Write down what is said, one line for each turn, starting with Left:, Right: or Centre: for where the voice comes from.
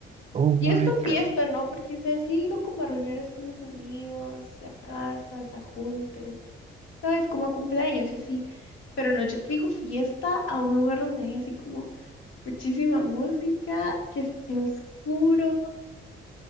Right: Oh
Left: fiesta
Right: my
Left: fiesta,
Right: God.
Left: ¿no? Porque, o sea, sí he ido como a reuniones con mis amigos, a casas, a juntes, ¿sabes? Como a cumpleaños y así. Pero no, yo te digo fiesta a un lugar donde hay así como muchísima música, que esté oscuro,